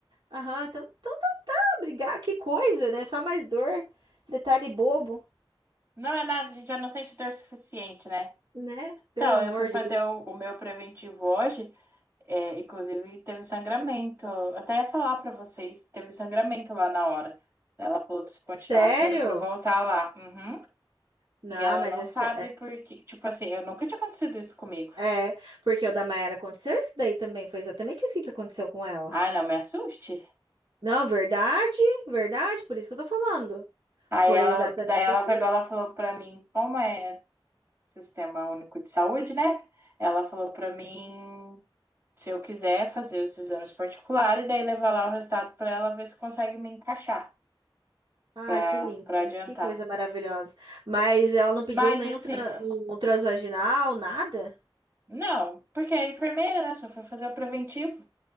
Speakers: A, on the right (about 60°); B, on the right (about 30°).
A: Aham, então, então tá pra brigar, que coisa, né? Só mais dor. Detalhe bobo,
B: Não é nada, a gente já não sente dor suficiente, né?
A: né? Pelo
B: Então,
A: amor
B: eu fui fazer
A: de Deus.
B: o, o meu preventivo hoje, é, inclusive teve sangramento. Eu Até ia falar pra vocês, teve sangramento lá na hora. Ela falou que se continuasse
A: Sério?
B: era pra eu voltar lá. Uhum.
A: Não,
B: E ela
A: mas
B: não
A: é,
B: sabe
A: sé-
B: por quê. Tipo assim, eu nunca tinha acontecido isso comigo.
A: é, é, porque o da Mayara aconteceu isso daí também. Foi exatamente assim que aconteceu com ela.
B: Ai, não me assuste.
A: Não, verdade, verdade, por isso que eu tô falando.
B: Aí
A: Foi
B: ela,
A: exatamente
B: daí ela
A: assim.
B: pegou, ela falou pra mim, como é? Sistema Único de Saúde, né? Ela falou pra mim se eu quiser fazer os exames particulares e daí levar lá o resultado pra ela ver se consegue me encaixar
A: Ai,
B: pra
A: que lindo.
B: para adiantar.
A: Que coisa maravilhosa. Mas ela não pediu
B: Mas
A: nenhum
B: assim,
A: tra- um transvaginal, nada?
B: não, porque é enfermeira, né? Só foi fazer o preventivo.